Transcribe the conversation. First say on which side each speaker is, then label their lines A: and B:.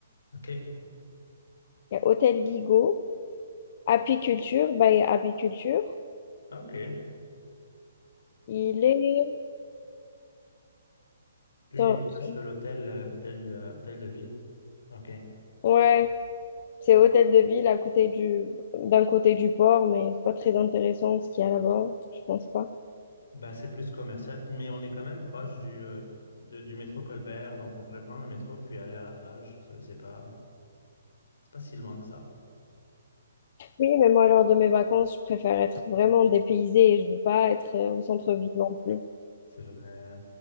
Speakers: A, on the left; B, on the left.
A: OK.
B: Il y a Hôtel Ligo. Apiculture, bah apiculture.
A: OK.
B: Il est.
A: Lui,
B: Attends,
A: il est proche de l'hôtel, euh, hôtel, euh, hôtel de ville. OK.
B: Ouais, c'est hôtel de ville à côté du d'un côté du port, mais c'est pas très intéressant ce qu'il y a là-bas, je pense pas.
A: Bah, c'est plus commercial, mais on est quand même proche du, euh, de- du métro Colbert, donc on pourrait prendre le métro puis aller à la plage. C'est c'est pas, c'est pas si loin que ça.
B: Oui, mais moi, lors de mes vacances, je préfère être vraiment dépaysée et je veux pas être euh, au centre-ville non plus.
A: C'est vrai,